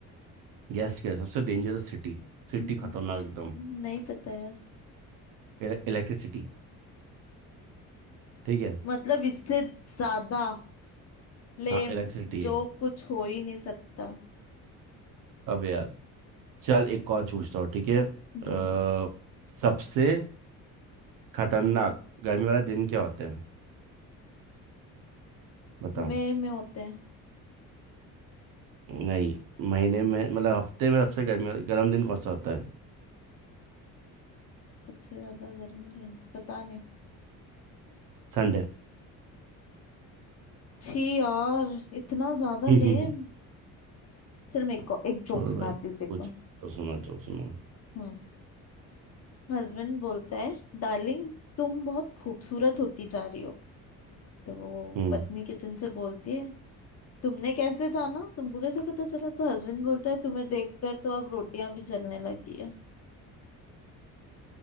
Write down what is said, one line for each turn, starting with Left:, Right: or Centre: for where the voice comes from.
Right: गेस कर सबसे डेंजरस सिटी सिटी
Left: हम्म,
Right: खतरनाक एकदम
Left: नहीं पता यार
Right: इलेक्ट्रिसिटी ठीक है
Left: मतलब इससे ज्यादा लेम
Right: हाँ इलेक्ट्रिसिटी
Left: जो
Right: है
Left: कुछ हो ही नहीं सकता
Right: अब यार चल एक और पूछता हूँ ठीक है अ,
Left: हम्म
Right: सबसे खतरनाक गर्मी वाला दिन क्या होता है बताओ
Left: मई में होते हैं
Right: नहीं महीने में मतलब हफ्ते में सबसे गर्मी गर्म दिन कौन सा होता है
Left: सबसे ज्यादा गर्म दिन पता नहीं
Right: संडे
Left: छी यार इतना ज्यादा
Right: <laughs>
Left: लेम चल मेरे को एक
Right: छोड़
Left: जोक सुनाती
Right: भाई
Left: हूँ देखो
Right: कुछ तो सुना जोक सुनो
Left: हम्म हस्बैंड बोलता है डार्लिंग तुम बहुत खूबसूरत होती जा रही हो तो वो
Right: हम्म
Left: पत्नी किचन से बोलती है तुमने कैसे जाना तुमको कैसे पता चला तो हस्बैंड बोलता है तुम्हें देखकर तो अब रोटियां भी जलने लगी है